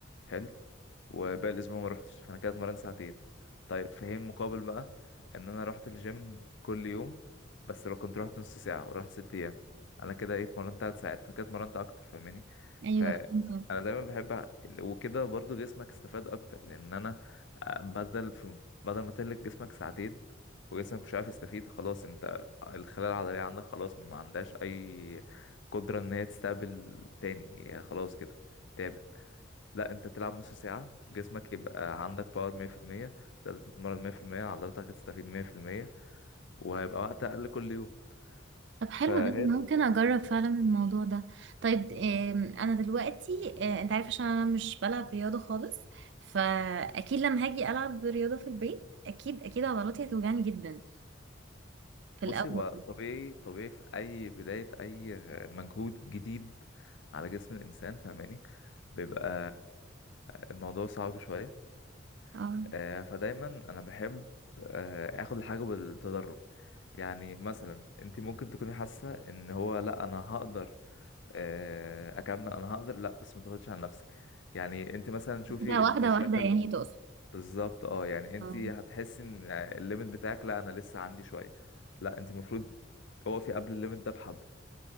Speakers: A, on the left; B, on the right.
A: حلو وباقي الأسبوع ما روحتش فأنا كده اتمرنت ساعتين طيب في حين مقابل بقى إن أنا روحت الجيم كل يوم بس لو كنت روحت نص ساعة ورحت ست أيام أنا كده إيه اتمرنت تلات ساعات فأنا كده اتمرنت أكتر فاهماني
B: ايوه
A: فأنا
B: فهمت.
A: دايما بحب أ- وكده برضو جسمك استفاد أكتر لأن أنا آه، بدل في بدل ما تهلك جسمك ساعتين وجسمك مش عارف يستفيد خلاص انت الخلايا العضلية عندك خلاص ما عندهاش أي قدرة إن هي تستقبل تاني هي خلاص كده تعبت لا أنت تلعب نص ساعة جسمك يبقى عندك باور مية في المية تقدر تتمرن مية في المية عضلاتك هتستفيد مية في المية وهيبقى وقت أقل كل يوم
B: طب حلو
A: فهي
B: ده ممكن
A: الف-
B: اجرب فعلا الموضوع ده طيب آم، انا دلوقتي آه، انت عارف عشان انا مش بلعب رياضة خالص فاكيد لما هاجي العب رياضة في البيت اكيد اكيد عضلاتي هتوجعني جدا في
A: بصي
B: الاول
A: هو طبيعي طبيعي في أي بداية أي مجهود جديد على جسم الإنسان فاهماني بيبقى الموضوع صعب شوية
B: اه
A: آه، فدايما انا بحب آه، اخد الحاجه بالتدرج يعني مثلا انت ممكن تكوني حاسه ان هو لا انا هقدر آه، اكمل انا هقدر لا بس ما تضغطيش على نفسك يعني انت مثلا شوفي
B: كده واحدة
A: انت شايفه
B: واحدة يعني
A: ال-
B: تقصد
A: بالظبط اه يعني انت
B: اه
A: هتحسي ان الليميت بتاعك لا انا لسه عندي شويه لا انت المفروض اقفي قبل الليميت ده بحبه